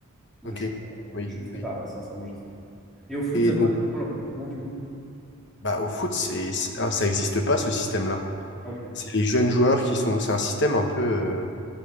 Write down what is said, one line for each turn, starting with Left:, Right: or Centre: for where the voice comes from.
Centre: de
Left: Ok,
Centre: chance. d'avoir le premier.
Left: oui,
Centre: Je ne sais
Left: oui.
Centre: pas, sincèrement, je ne sais pas. Et au foot,
Left: Et
Centre: ça se
Left: donc,
Centre: passe comment le recrutement du coup?
Left: bah, au foot, c'est, c'est- ah, ça n'existe pas ce système-là.
Centre: Ah, ok.
Left: C'est les jeunes joueurs qui sont. C'est un système un peu euh,